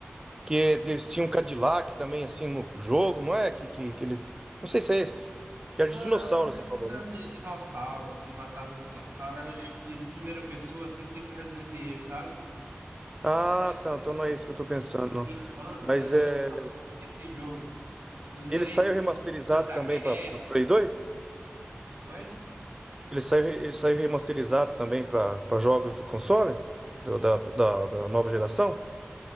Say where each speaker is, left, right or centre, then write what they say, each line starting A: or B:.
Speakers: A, on the right; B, on the right.
A: que eles tinham um Cadillac também, assim, no jogo, não é? Que, que, que ele, não sei se é esse, que era
B: Não,
A: de dinossauro, você
B: esse
A: falou,
B: era
A: né?
B: de dinossauro. Você matava os dinossauros, era de de primeira pessoa, assim, tipo Resident Evil, sabe?
A: Ah,
B: Na minha época,
A: tá. Então não é isso que eu tô pensando. não.
B: de infância,
A: Mas
B: eu
A: é.
B: gostava muito desse tipo de jogo. Eu zerei
A: Ele saiu remasterizado
B: Deus da
A: também
B: Guerra,
A: para Play 2?
B: foi?
A: Ele saiu, ele saiu remasterizado também para jogos do console? Do- da, da, da nova geração?